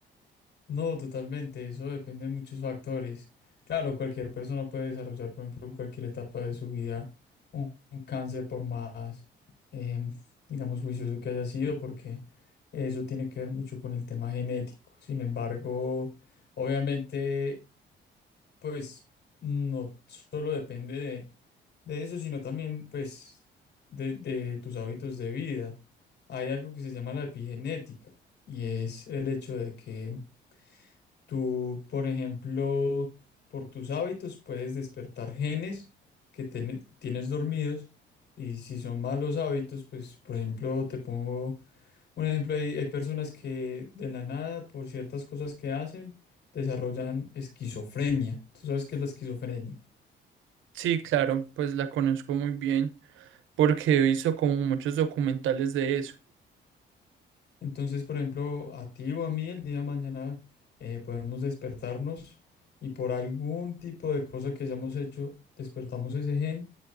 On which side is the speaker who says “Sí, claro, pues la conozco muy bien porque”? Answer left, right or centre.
Right